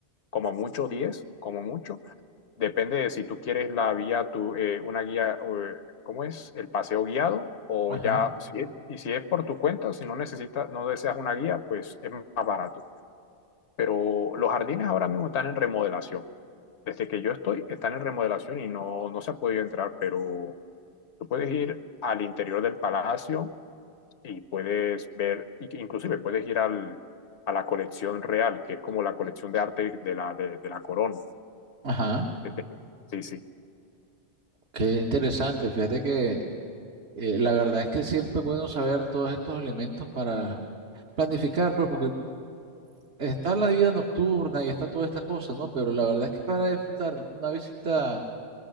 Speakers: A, on the left; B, on the right.
A: como mucho diez como mucho. Depende de si tú quieres la guía, tu, eh, una guía, eh, ¿cómo es? El paseo guiado o
B: Ajá,
A: ya, si es- y si es por tu cuenta, si no necesitas, no deseas una guía, pues es más barato. Pero los jardines ahora mismo están en remodelación. Desde que yo estoy, están en remodelación y no, no se ha podido entrar, pero tú puedes ir al interior del palacio y puedes ver, y que inclusive puedes ir al, a la colección real, que es como la colección de arte de la, de, de la corona.
B: ajá,
A: que te- Sí, sí.
B: qué interesante. Fíjate que Eh, la verdad es que siempre es bueno saber todos estos elementos para planificar, pues porque está la vida nocturna y está toda esta cosa, ¿no? Pero la verdad es que para disfrutar una visita